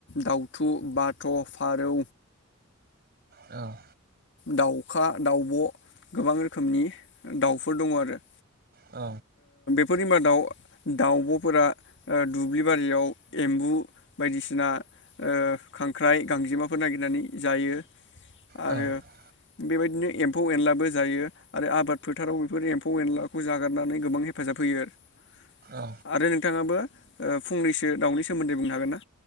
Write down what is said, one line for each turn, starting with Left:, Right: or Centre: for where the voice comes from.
Left: दाउ खौ बाथ फारौ।
Right: औ
Left: दाउखा दाउब। गोबां रोखोमनि दाउ फोर दङ आरो
Right: आ
Left: फोरनि मादाव। दाउबफोरा ओ-दु दुब्लि बारियाव एम्बु बायदिसिना ओ- खांख्राइ गांजेमाफोर नागिरनानै जायो।
Right: औ।
Left: आरो बेबायदिनो एम्फौ एनलाबो जायो। आरो आबाद फोथाराव बेफोर एम्फौ एनला। <unintelligible> जाग्रोना फाय गोबां हेफाजाब होयो आरो
Right: ओ
Left: आरो नोंथाङाबो ओ फुंनैसो दाउनि सोमोन्दै बुंनो हागोन ना।